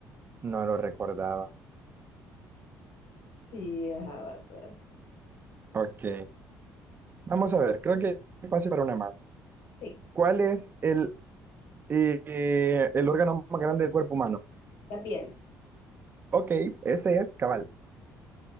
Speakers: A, on the right (about 35°); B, on the left (about 85°).
A: no lo recordaba.
B: sí, es Avatar.
A: Ok, vamos a ver, creo que pase para una más.
B: Sí,
A: ¿Cuál es el, eh, el órgano más grande del cuerpo humano?
B: la piel.
A: Ok, ese es cabal.